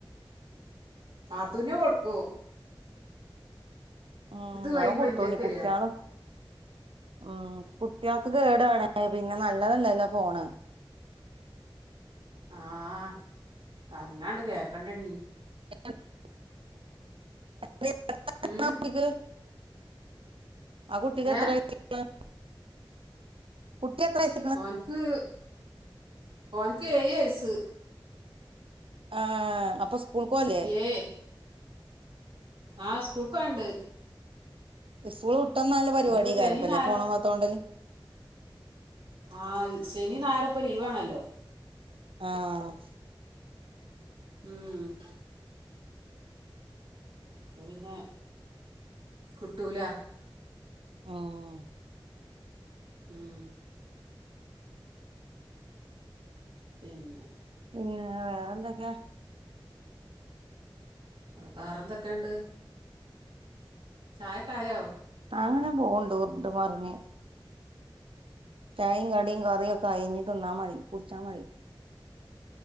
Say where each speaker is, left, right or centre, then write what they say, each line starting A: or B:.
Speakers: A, on the right; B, on the right.
A: കാത്തുനെ കൊടുക്കൂ
B: ഉം
A: കഴിയുമ്പോ ഇന്റെക്ക്
B: <unintelligible>
A: വരിക
B: ഉം കുട്ടികൾക്ക് കേടാണ് പിന്നെ നല്ലതല്ലല്ലോ ഫോണ്
A: ആഹ് പറഞ്ഞണ്ട് കേക്കണ്ട നീ
B: <inaudible> <inaudible>
A: ഉം
B: കുട്ടിക്ക് ആ കുട്ടിക്ക് എത്ര
A: ഏ
B: <unintelligible>
A: ഓൻക്ക് ഓൻക്ക് ഏഴു വയസ്സ്
B: ആഹ് അപ്പൊ സ്കൂൾക്ക് പോവല്ലേ
A: ഏ ആഹ് സ്കൂൾക്കാണ്ട്
B: സ്കൂൾ വിട്ട് വന്നാൽ ള്ള പരിപാടി
A: ഇന്നിപ്പോ
B: <unintelligible>
A: ശനി ഞായർ
B: ഫോണ്മ്മ ത്തോണ്ടല്
A: ആഹ് ശനി ഞായർപ്പ ലീവാണല്ലോ
B: ആഹ്
A: ഉം പ്പോ പിന്നെ കുട്ടൂല
B: ആഹ്
A: ഉം പിന്നെ
B: <unintelligible> വേറെ എന്തൊക്കെ
A: വേറെന്തൊക്കെണ്ട് ചായ ഒക്കെ ആയോ
B: ആഹ് അങ്ങനെ പോണ്ട് ഉർണ്ട് മറിഞ്ഞ് ചായേം കടിം കറിയൊക്കെ ആയി ഇഞ്ഞി തിന്നാ മതി കുടിച്ചാ മതി